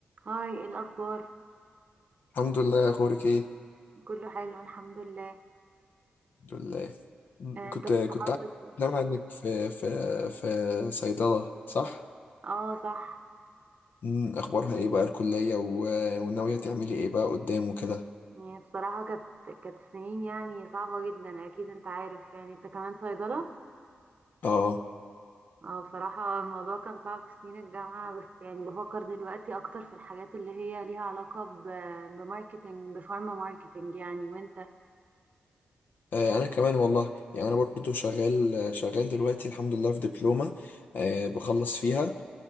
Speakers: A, on the right (about 50°); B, on the left (about 70°).
A: هاي إيه الأخبار
B: الحمد لله اخبارك ايه
A: كله حلو الحمد لله
B: الحمد لله م-
A: آه،
B: كنت
A: انت كنت
B: كنت
A: حاطط
B: عارف- سامع انك في في في صيدله صح
A: اه صح
B: م، اخبارها ايه بقى الكليه و- وناويه تعملي ايه بقى قدام وكده
A: يعني بصراحة كانت كانت سنين يعني صعبة جدا اكيد انت عارف يعني انت كمان صيدلة
B: اه
A: اه بصراحة الموضوع كان صعب في سنين الجامعة بس يعني بفكر دلوقتي اكتر في الحاجات اللي هي ليها علاقة ب- بماركتينج بفارما ماركتينج يعني وانت
B: آه، انا كمان والله يعني انا برضو شغال شغال دلوقتي الحمد لله في دبلومه آه، بخلص فيها